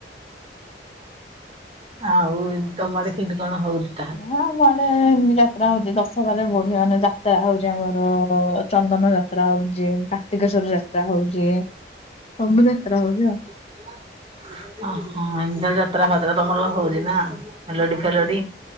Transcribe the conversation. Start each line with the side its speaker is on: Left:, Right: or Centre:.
Right: ଆଉ ଏମିତି ତମ ଆଡେ କେମିତି କଣ ହଉଚି?
Left: ନା ଆମ ଆଡେ ଏମତି ଯାତ୍ରା ହଉଛି ଦଶରାରେ ବଢିଆ ମାନେ ଯାତ୍ରା ହଉଛି ଆମର ଚନ୍ଦନ ଯାତ୍ରା ହଉଛି କାର୍ତ୍ତିକେଶ୍ଵର ଯାତ୍ରା ହଉଛି ସବୁ ଯାତ୍ରା ହଉଛି ଆଉ।
Right: ଓହୋ ଏମିତି ତାହେଲେ ଯାତ୍ରା ଫାତ୍ରା ତମର ହଉଛି ନା ମେଲୋଡି
Left: ଆଉ।
Right: ଫେଲଡି।